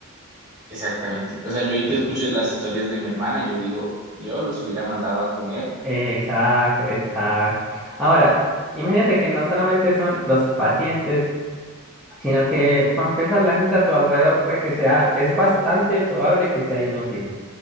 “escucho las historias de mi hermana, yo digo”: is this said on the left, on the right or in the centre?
Right